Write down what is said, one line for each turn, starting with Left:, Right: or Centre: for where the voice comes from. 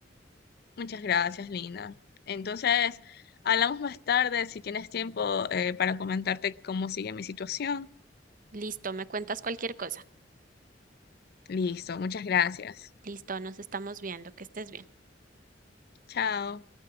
Left: Muchas gracias, Lina. Entonces, hablamos más tarde si tienes tiempo eh, para comentarte cómo sigue mi situación.
Right: Listo, me cuentas cualquier cosa.
Left: Listo, muchas gracias.
Right: Listo, nos estamos viendo, que estés bien.
Left: Chao.